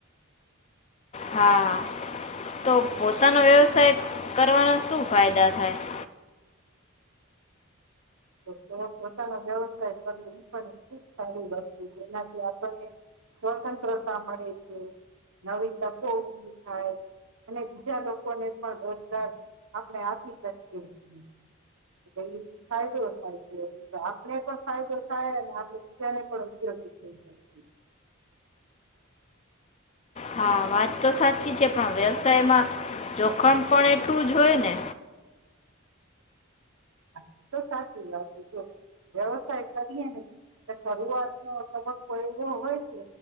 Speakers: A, on the left; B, on the right.
A: હા, તો પોતાનો વ્યવસાય કરવાના શું ફાયદા થાય? <inaudible>
B: તો પોતાનો વ્યવસાય કરવો એ પણ ખુબ સારી વસ્તુ છે. એનાથી આપણને <unintelligible> સ્વતંત્રતા મળે છે. નવી તકો ઊભી થાય <inaudible> અને બીજા લોકોને પણ રોજગાર આપણે આપી શકીએ છીએ. <inaudible> એટલે ઈ ફાયદો જ <unintelligible> થાય છે એમ કે તો આપને પણ ફાયદો થાય, <inaudible> અને આપણે બીજાને પણ ઉપયોગી થઈ શકીએ.
A: હા વાત તો સાચી છે. પણ વ્યવસાયમાં જોખમ પણ એટલું જ હોય ને?
B: હા, ઈતો સાચી વાત છે. જો વ્યવસાય કરીએ ને એ શરૂઆતનો તબક્કો એવો હોય છે.